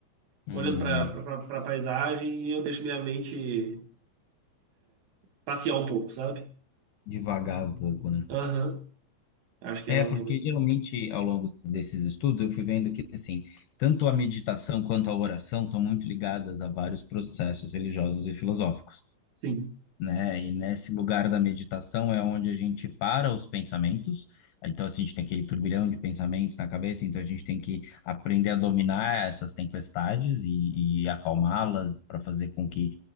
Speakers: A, on the left (about 75°); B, on the right (about 70°).
A: Hum,
B: olhando pra, pra, pra, pra paisagem e eu deixo minha mente passear um pouco, sabe?
A: devagar um pouco, né?
B: Aham. Acho que
A: É,
B: é um.
A: porque geralmente ao longo desses estudos eu fui vendo que, assim, tanto a meditação quanto a oração estão muito ligadas a vários processos religiosos e filosóficos.
B: Sim.
A: né? E nesse lugar da meditação é onde a gente para os pensamentos. Então, assim, a gente tem aquele turbilhão de pensamentos na cabeça, então a gente tem que aprender a dominar essas tempestades e, e acalmá-las para fazer com que